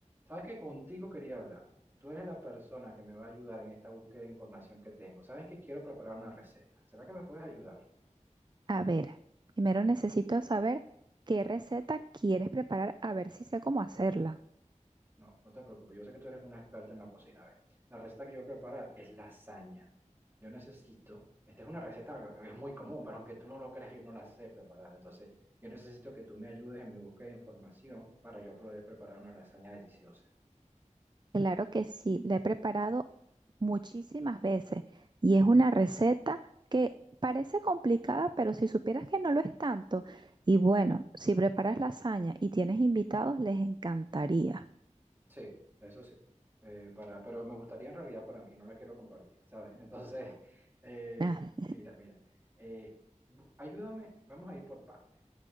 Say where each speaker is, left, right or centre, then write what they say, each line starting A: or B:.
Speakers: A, on the right; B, on the right.
A: Sabes que contigo quería hablar. Tú eres la persona que me va a ayudar en esta búsqueda de información que tengo. Sabes que quiero preparar una receta. ¿Será que me puedes ayudar?
B: A ver, primero necesito saber qué receta quieres preparar, a ver si sé cómo hacerla.
A: No, no te preocupes. Yo sé que tú eres una experta en la cocina. A ver, la receta que yo voy a preparar es lasaña. Yo necesito, esta es una receta, es muy común, pero aunque tú no lo creas, yo no la sé preparar. Entonces, yo necesito que tú me ayudes en mi búsqueda de información para yo poder preparar una lasaña deliciosa.
B: Claro que sí, la he preparado muchísimas veces y es una receta que parece complicada, pero si supieras que no lo es tanto, y bueno, si preparas lasaña y tienes invitados, les encantaría.
A: Sí, eso sí. Eh, para, pero me gustaría en realidad para mí, no la quiero compartir, ¿sabes? <laughs> Entonces, eh,
B: Ah,
A: mira, mira, eh, bu- ayúdame, vamos a ir por partes.